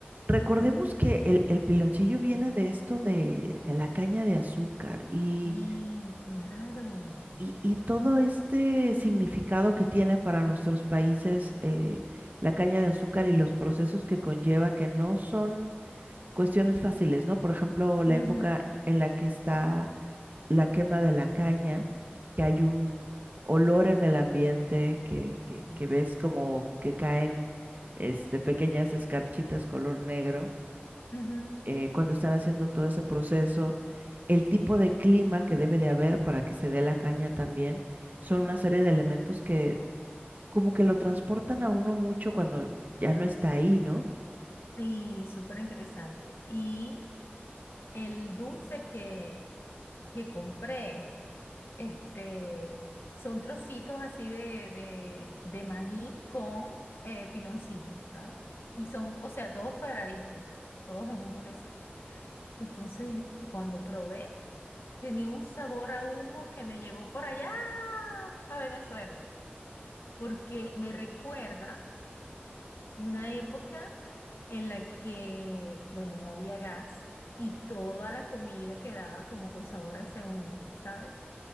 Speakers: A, on the right (about 45°); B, on the left (about 75°).
A: recordemos que el, el piloncillo viene de esto de, de la caña de azúcar y
B: sí, claro.
A: Y, y todo este significado que tiene para nuestros países eh, la caña de azúcar y los procesos que conlleva, que no son cuestiones fáciles, ¿no? Por ejemplo, la
B: Ujú.
A: época en la que está la quema de la caña, que hay un olor en el ambiente, que, que,
B: Mm,
A: que ves como que caen este, pequeñas escarchitas color negro
B: ujú.
A: eh, cuando están haciendo todo ese proceso, el tipo de clima que debe de haber para que se dé la caña también, son una serie de elementos que como que lo transportan a uno mucho cuando ya no está ahí, ¿no?
B: Sí, súper interesante. Y el dulce que, que compré, este, son trocitos así de, de, de maní con eh, piloncillo, ¿sabes? Y son, o sea, todos cuadraditos, todos en un potecito. Entonces, cuando probé, tenía un sabor a humo que me llevó por allá a Venezuela, porque me recuerda una época en la que, bueno, no había gas y toda la comida quedaba como con sabor a ese humo, ¿sabes?